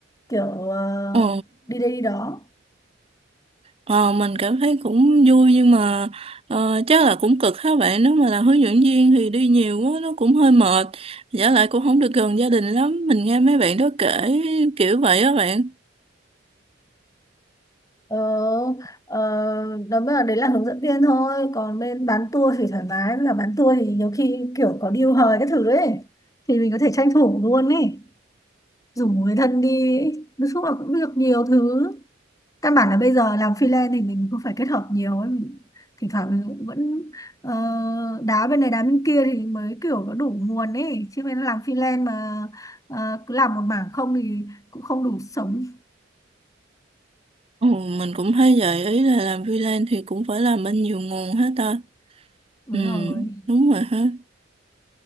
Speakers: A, on the left (about 15°); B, on the right (about 30°).
A: kiểu ờ,
B: ờ,
A: đi đây đi đó
B: ờ, mình cảm thấy cũng vui nhưng mà ờ, chắc là cũng cực các bạn nếu mà là hướng dẫn viên thì đi nhiều quá nó cũng hơi mệt giả lại cũng không được gần gia đình lắm mình nghe mấy bạn đó kể kiểu vậy á bạn
A: Ờ, ờ, đó mới là đấy là hướng dẫn viên thôi còn bên bán tour thì thoải mái là bán tour thì nhiều khi kiểu có deal hời cái thứ ấy thì mình có thể tranh thủ luôn ấy rủ người thân đi ấy. nói chung là cũng được nhiều thứ căn bản là bây giờ làm freelance thì mình cũng phải kết hợp nhiều ấy Mình- thỉnh thoảng mình cũng vẫn ờ, đá bên này đá bên kia thì mới kiểu có đủ nguồn ấy chứ bên làm freelance mà ờ, cứ làm một mảng không thì cũng không đủ sống
B: ừ, mình cũng thấy vậy ý là làm freelance thì cũng phải làm bên nhiều nguồn hết ta
A: đúng
B: ừ
A: rồi
B: đúng rồi ha